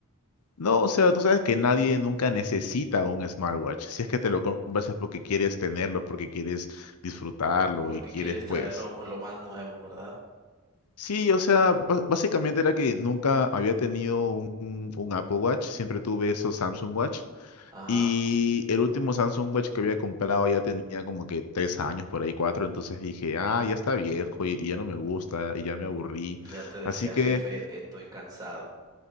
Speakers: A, on the left; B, on the right.
A: No, o sea, tú sabes que nadie nunca necesita un smartwatch. Si es que te lo compras es porque quieres tenerlo, porque quieres disfrutarlo
B: Porque
A: y quieres,
B: quieres traerlo
A: pues,
B: lo lo más nuevo, ¿verdad?
A: Sí, o sea, ba- básicamente era que nunca había tenido un, un- un Apple Watch, siempre tuve esos Samsung Watch.
B: Ajá,
A: Y el último Samsung Watch que había comprado ya tenía como que tres años, por ahí cuatro, entonces dije, ah, ya está viejo y, y ya no me gusta y ya me aburrí.
B: ya te decía,
A: Así que
B: jefe, estoy cansado.